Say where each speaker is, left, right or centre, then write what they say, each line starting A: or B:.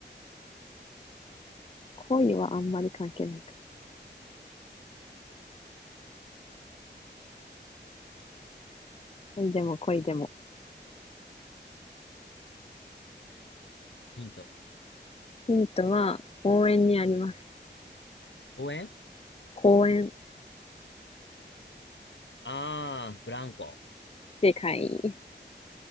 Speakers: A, on the left; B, on the left.
A: 恋はあんまり関係ないか。恋でも恋でも。
B: ヒント。
A: ヒントは公園にあります。
B: 応援
A: 公園。
B: ああー、ブランコ。
A: 正解